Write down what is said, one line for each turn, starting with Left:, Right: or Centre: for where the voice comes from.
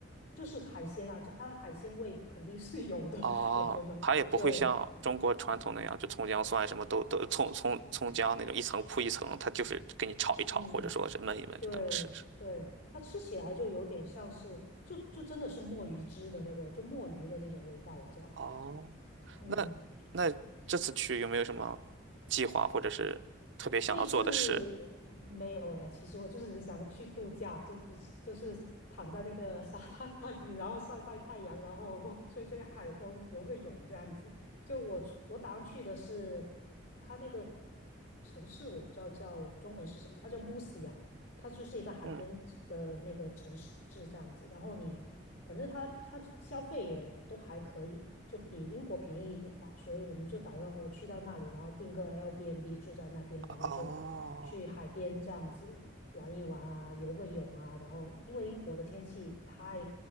Left: 就是海鲜啊，就它的海鲜味肯定是有的，
Right: 哦，
Left: <laughs> 我觉得对。
Right: 它也不会像中国传统那样，就葱姜蒜什么都都葱葱葱姜那种一层铺一层，它就是给你炒一炒，
Left: 嗯。
Right: 或者说是焖一焖就能吃。
Left: 对对，
Right: 是吗
Left: 它吃起来就有点像是，就就真的是墨鱼汁的那个，就墨鱼的那种味道这样。
Right: 哦，
Left: 嗯，
Right: 那那这次去有没有什么计划，或者是特别想要做的事？
Left: 这一次呃没有哎，其实我就是想去度假，就是就是躺在那个沙滩里，然后晒晒太阳，然后吹吹海风，游个泳这样子。就我我打算去的是它那个城市，我不知道叫中文是什么，它叫 Musi 它就是一个海边的那个城市这样子。
Right: 嗯，
Left: 然后你反正它它消费也都还可以，就比英国便宜一点吧。所以我们就打算我去到那里，然后订个 Airbnb 住在那边，然后就去海边这样子玩一玩啊，
Right: 哦，
Left: 游个泳啊。然后因为英国的天气太